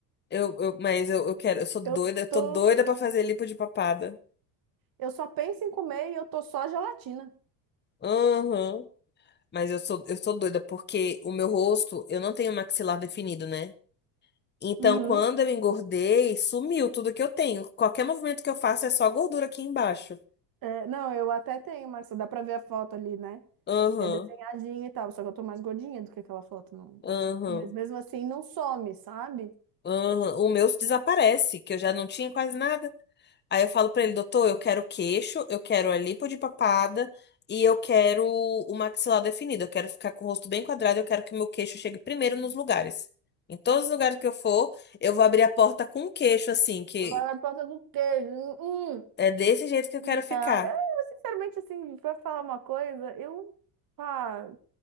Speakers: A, on the left (about 20°); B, on the right (about 45°).
A: Eu, eu, mas eu, eu quero, eu sou doida,
B: Eu
A: eu
B: tô,
A: tô doida pra fazer lipo de papada.
B: eu só penso em comer e eu tô só gelatina.
A: Aham. Mas eu sou, eu sou doida porque o meu rosto, eu não tenho maxilar definido, né? Então,
B: Uhum.
A: quando eu engordei, sumiu tudo que eu tenho. Qualquer movimento que eu faço é só gordura aqui embaixo.
B: É, não, eu até tenho, Marcia, dá pra ver a foto ali, né?
A: Aham,
B: Que é desenhadinha e tal, só que eu tô mais gordinha do que aquela foto, não.
A: aham,
B: Mas mesmo assim não some, sabe?
A: aham. O meu desaparece, que eu já não tinha quase nada. Aí eu falo pra ele, doutor, eu quero queixo, eu quero a lipo de papada e eu quero o maxilar definido. Eu quero ficar com o rosto bem quadrado, eu quero que o meu queixo chegue primeiro nos lugares. Em todos os lugares que eu for, eu vou abrir a porta com o queixo, assim, que
B: Eu vou na porta com queijo. Hum,
A: é desse jeito que eu
B: não,
A: quero ficar.
B: eu, eu, sinceramente, assim, pra falar uma coisa, eu, pá,